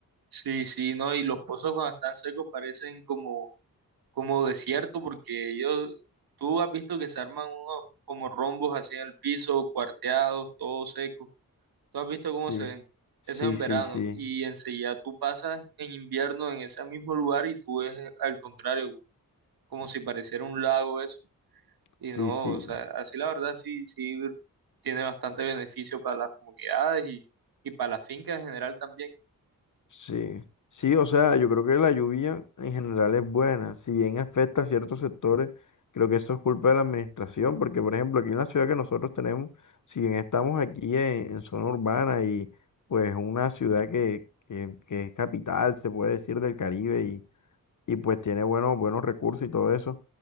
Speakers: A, on the right; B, on the left.
A: sí, sí, no, y los pozos cuando están secos parecen como como desierto, porque ellos, tú has visto que se arman unos como rombos así en el piso, cuarteados, todo seco. Tú has visto cómo
B: Sí,
A: se ven.
B: sí,
A: Eso es en verano.
B: sí, sí,
A: Y enseguida tú pasas en invierno en ese mismo lugar y tú ves al contrario, como si pareciera un lago eso. Y
B: sí,
A: no,
B: sí,
A: o sea, así la verdad sí, sí tiene bastante beneficio para las comunidades y, y para la finca en general también.
B: sí. Sí, o sea, yo creo que la lluvia en general es buena. Si bien afecta a ciertos sectores, creo que eso es culpa de la administración, porque por ejemplo aquí en la ciudad que nosotros tenemos, si bien estamos aquí en, en zona urbana y pues una ciudad que, que, que es capital, se puede decir, del Caribe y y pues tiene buenos, buenos recursos y todo eso.